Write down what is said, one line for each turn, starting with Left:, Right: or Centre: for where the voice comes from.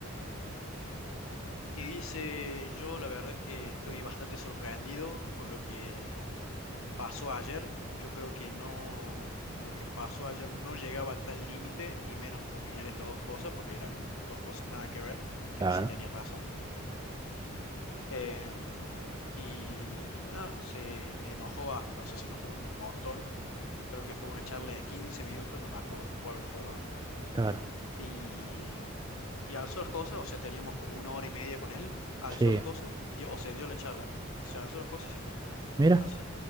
Left: Y dice, yo la verdad es que estoy bastante sorprendido con lo que pasó ayer. Yo creo que no, lo que pasó ayer no llegaba a tal límite y menos combinar estas dos cosas porque eran dos cosas nada que ver, que
Right: Claro,
Left: en sí tenía razón. Em, y nada, se enojó hasta, o sea, se enojó un montón. Creo que fue una charla de 15 minutos, no me acuerdo cuáles fueron.
Right: claro.
Left: Y, y alzó las cosas, o sea, teníamos como una hora y media con él, alzó
Right: Sí,
Left: las cosas, dio, o sea, dio la charla, o sea, alzó las cosas y se fue,
Right: mira.
Left: así.